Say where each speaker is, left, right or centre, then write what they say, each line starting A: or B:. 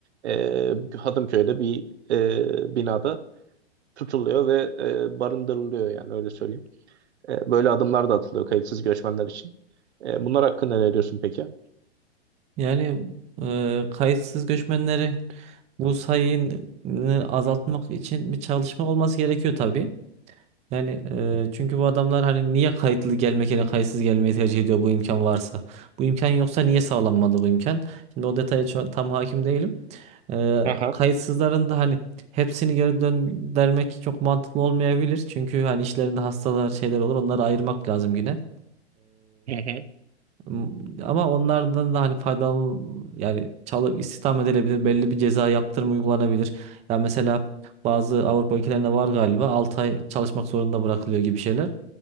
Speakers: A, on the right; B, on the right.
A: e, Hadımköy'de bir e, binada tutuluyor ve e, barındırılıyor yani öyle söyleyeyim. E, böyle adımlar da atılıyor kayıtsız göçmenler için. E, bunlar hakkında ne diyorsun peki?
B: Yani e, kayıtsız göçmenleri bu sayını azaltmak için bir çalışma olması gerekiyor tabii. Yani e, çünkü bu adamlar hani niye kayıtlı gelmek yerine kayıtsız gelmeyi tercih ediyor bu imkan varsa? Bu imkan yoksa niye sağlanmadı bu imkan? Şimdi o detaya ço- tam hakim değilim. E,
A: Aha.
B: kayıtsızların da hani hepsini geri döndürmek çok mantıklı olmayabilir. Çünkü hani işlerinde hastalar şeyler olur onları ayırmak lazım yine.
A: Hı hı.
B: M- Ama onlardan da hani faydalan yani çalıp istihdam edilebilir. Belli bir ceza yaptırım uygulanabilir. Ya mesela bazı Avrupa ülkelerinde var galiba 6 ay çalışmak zorunda bırakılıyor gibi şeyler.